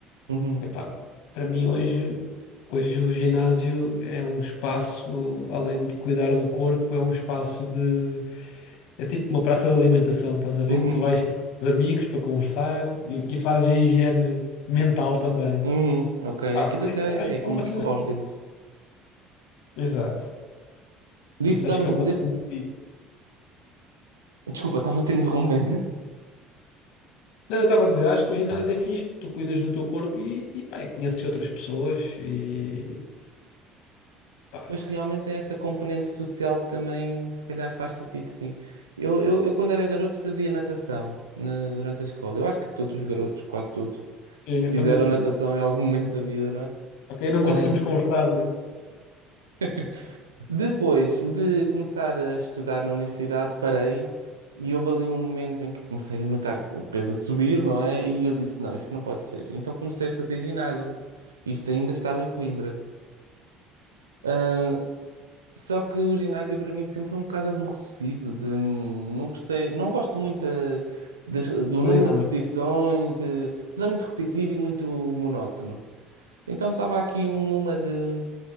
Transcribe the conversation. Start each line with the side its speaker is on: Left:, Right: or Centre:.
Right: uhum,
Left: Epá, para mim hoje, hoje o ginásio é um espaço, além de cuidar do corpo, é um espaço de, é tipo uma praça de alimentação, estás a ver
Right: uhum,
Left: que tu vais para os amigos para conversar e, e fazes a higiene mental também.
Right: uhum. Ok,
Left: Ah,
Right: aquilo
Left: por isso
Right: já é
Left: eu acho que
Right: como
Left: é uma
Right: escovar
Left: cena.
Right: os dentes.
Left: Exato.
Right: Disse,
Left: Por isso
Right: estavas
Left: acho que é uma
Right: a dizer?
Left: cena fixe.
Right: Desculpa, estava a te interromper.
Left: Não, eu estava a dizer, acho que o ginásio é fixe porque tu cuidas do teu corpo e, e pá, e conheces outras pessoas e pá,
Right: Mas realmente é essa componente social que também, se calhar, faz sentido, sim. Eu, eu, eu quando era garoto, fazia natação na- durante a escola. Eu acho que todos os garotos, quase todos,
Left: sim, eu
Right: fizeram
Left: também fiz.
Right: natação em algum <laughs> momento da vida, não é?
Left: Ok, não
Right: Ah,
Left: conseguimos conversar, né?
Right: <laughs> depois de começar a estudar na universidade, parei e houve ali um momento em que comecei a notar que o peso a subir, não é? E eu disse: não, isto não pode ser. Então comecei a fazer ginásio. Isto ainda estava em Coimbra. Ah, Só que o ginásio para mim sempre foi um bocado aborrecido, de- hum, não gostei, não gosto muito da- das- do
Left: Da
Right: número
Left: dinâmica.
Right: de repetições, de, aquilo é muito repetitivo e muito monótono. Então estava aqui numa de